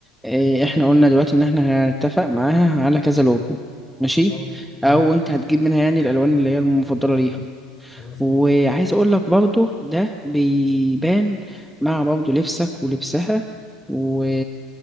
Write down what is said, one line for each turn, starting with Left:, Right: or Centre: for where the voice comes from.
Centre: آه،
Left: طيب،
Centre: احنا قلنا دلوقتي ان احنا هنتفق معاها على كذا لون ماشي
Left: خلاص ماشي
Centre: او انت هتجيب منها يعني الالوان اللي هي المفضله ليها
Left: خلاص
Centre: وعايز
Left: ماشي
Centre: اقول لك برضو ده بيبان مع برضو لبسك ولبسها و